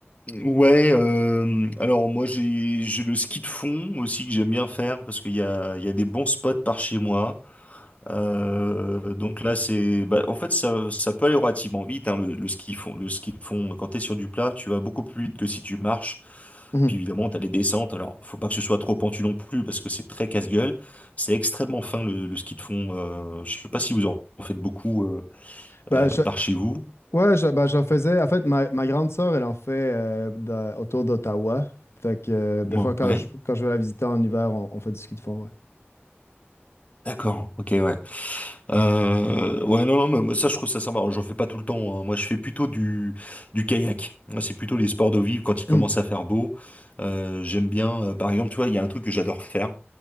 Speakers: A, on the left; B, on the left.
A: Ouais, euh, alors moi j'ai j'ai le ski de fond aussi que j'aime bien faire parce qu'il y a, il y a des bons spots par chez moi. Euh, donc là, c'est, bah, en fait, ça, ça peut aller relativement vite, hein, le, le ski fond, le ski de fond. Quand t'es sur du plat, tu vas beaucoup plus vite que si tu marches.
B: Mhm.
A: Puis évidemment, t'as les descentes. Alors, faut pas que ce soit trop pentu non plus, parce que c'est très casse-gueule. C'est extrêmement fin le, le ski de fond. Euh, je sais pas si vous en faites beaucoup euh,
B: Ben,
A: euh,
B: je,
A: par chez vous.
B: ouais, je- ben, j'en faisais. En fait, ma, ma grande sœur, elle en fait euh, dans- autour d'Ottawa. Fait que euh, des
A: Ouais.
B: fois, quand je, quand je vais la visiter en hiver, on, on fait du ski de fond, ouais.
A: D'accord. Ok. Ouais. Euh, ouais, non, non, mais moi, ça, je trouve ça sympa. J'en fais pas tout le temps. hein. Moi, je fais plutôt du, du kayak. Moi, c'est plutôt les sports d'eau vive quand il commence
B: Mhm.
A: à faire beau. Euh, j'aime bien, euh, par exemple, tu vois, il y a un truc que j'adore faire,